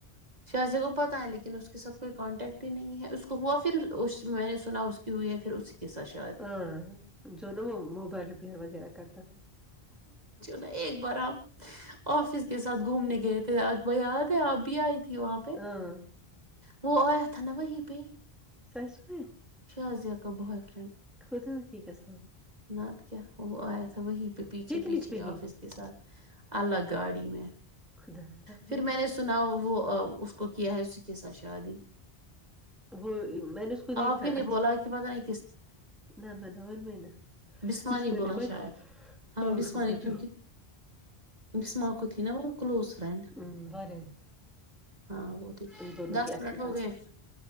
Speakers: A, on the right; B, in the centre.
A: شاہزے کو پتا ہے لیکن اس کے ساتھ کوئی کانٹیکٹ ہی نہیں ہے اس کو ہوا پھر اس میں نے سنا اس کی ہوئی ہے پھر اسی کے ساتھ شادی
B: ہاں جو وہ موبائل پیڑ وغیرہ کرتا تھا
A: ن ایک بار آپ آفس کے ساتھ گھومنے گئے تھے اکب یاد ہے آپ بھی آئی تھی وہاں پہ
B: ہاں
A: وہ آیا تھا نا وہیں پہ
B: سس میں
A: شھا کاہ بحف
B: خدا کی کس
A: نت کیا وہ آیا تھا وہی پیھے
B: پکنک
A: پیھے
B: پہ ہی
A: آفس کے سھ الگگ گاڑی میں
B: خدا رحم
A: پھر میں نے سنا وہ اس کو کیا ہے اسی کے ساتھ شادی
B: وہ میں نے اس کو دیکھا
A: آپ ہی نے
B: اچھا
A: بولا کہ پتہ نہیں
B: لاہور میں
A: بسمانی
B: قسمت
A: بولا
B: نعمت
A: شاید ہاں بسمانی
B: اس کو پتا
A: کیوںکہ بسما کو تھی نا وہ کلوز فرینڈ
B: ہوگا
A: ہاں وہ تھی
B: ان دونوں
A: دس
B: کی اچھی
A: منٹ
B: خاصی
A: ہو گئے
B: تھی